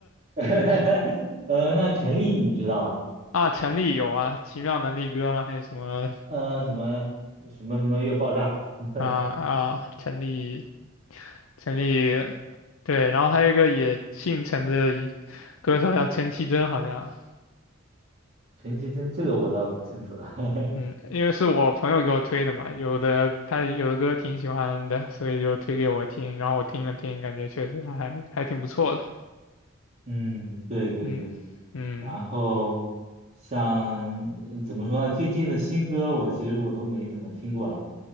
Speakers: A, on the right; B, on the left.
A: <laughs> 呃，那陈粒你知道吗？
B: 啊。陈粒有啊，《奇妙能力歌》吗？还是什么
A: 呃，什么什么什么越爆炸？<laughs>
B: 啊啊？陈粒陈粒，对，然后还有一个也姓陈的一歌手叫陈绮贞，好像，
A: 陈绮贞这个我倒不清楚了。<laughs>
B: 嗯，因为是我朋友给我推的嘛，有的他有的歌挺喜欢的，所以就推给我听，然后我听了听，感觉确实还还挺不错的，
A: 嗯，对对对。
B: 嗯嗯
A: 然后像呃怎么说呢？最近的新歌我其实我都没怎么听过了。